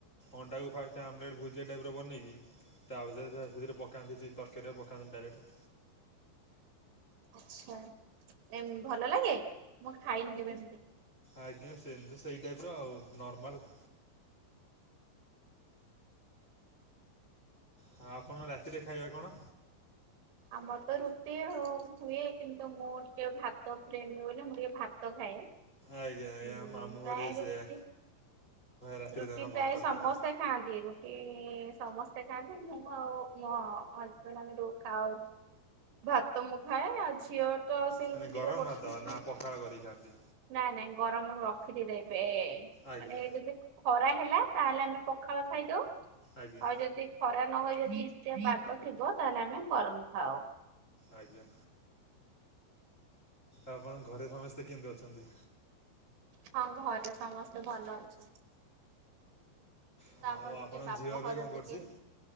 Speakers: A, on the left; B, on the right.
A: ଅଣ୍ଡାକୁ ଫାଷ୍ଟ ସେ ଆମଲେଟ୍ ଭୁଜିଆ ଟାଇପର ବନେଇକି ତା ଭିତରେ ସାଥିରେ ପକାନ୍ତି ସେଇ ତରକାରୀରେ ପକାନ୍ତି ଡାଇରେକ୍ଟ।
B: ଆଛା! ଏମତି ଭଲ ଲାଗେ ମୁଁ ଖାଇନି କେବେ ଏମତି
A: ଆଜ୍ଞା! ସେମିତି ସେଇ ଟାଇପ ର ଆଉ ନର୍ମାଲ ହଁ, ଆପଣ ରାତିରେ ଖାଇବା କଣ?
B: ଆଉ ଆମର ତ ରୁଟି ହୁଏ କିନ୍ତୁ ମୁଁ ଟିକେ ଭାତ ଫ୍ରେଣ୍ଡ ବୋଲି ମୁଁ ଟିକେ ଭାତ ଖାଏ।
A: ଆଜ୍ଞା ଆଜ୍ଞା
B: ହ
A: ମାମୁଁ
B: ପ୍ରାୟ
A: ଘରେ ବି
B: ରୁଟି
A: ସେଇଆ ରାତିରେ
B: ରୁଟି
A: ତାଙ୍କର
B: ପ୍ରାୟ
A: ଭାତ
B: ସମସ୍ତେ
A: ଖାଆନ୍ତି
B: ଖାଆନ୍ତି ରୁଟି ସମସ୍ତେ ଖାଆନ୍ତି ମୁଁ ଆଉ ମୋ ଇଏ ହଜବେଣ୍ଡ ଆମେ ରୁ ଖାଉ ଭାତ ମୁଁ ଖାଏ ଆଉ ଝିଅ ତ ସେଇ
A: ମାନେ
B: ରୁଟି
A: ଗରମ
B: ଟିକେ କରିଥାଏ
A: ଭାତ
B: ଖାଉ
A: ନା ପଖାଳ କରିକି ଖାଆନ୍ତି
B: ନାଇଁ ନାଇଁ ଗରମ ରଖିଦେଇଥାଏ। ଏବେ
A: ଆଜ୍ଞା
B: ମାନେ ହେଇ ଖରା ହେଲା ତାହେଲେ ଆମେ ପଖାଳ ଖାଇଦଉ
A: ଆଜ୍ଞା
B: ଆଉ ଯଦି ଖରା ନହଇ ଯଦି ପାଗ ଥିବ ତାହେଲେ ଆମେ ଗରମ ଖାଉ।
A: ଆଜ୍ଞା। ଆପଣଙ୍କ ଘରେ ସମସ୍ତେ କେମିତି ଅଛନ୍ତି?
B: ହଁ ଘରେ ସମସ୍ତେ ଭଲ ଅଛି।
A: ଆଉ
B: ତ ଆମର ଟିକେ
A: ଆପଣଙ୍କ
B: ବାପଘରେ
A: ଝିଅ ଏବେ କଣ
B: ଟିକେ
A: କରୁଛି?